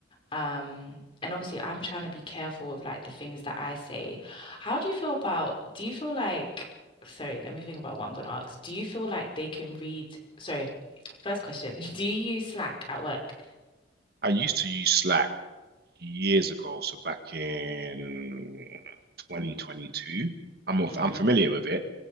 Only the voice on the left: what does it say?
Um, and obviously I'm trying to be careful with like the things that I say. How do you feel about, do you feel like, sorry, let me think about what I'm gonna ask. Do you feel like they can read, sorry, first question, <laughs> do you use Slack at work?
Mm-hmm.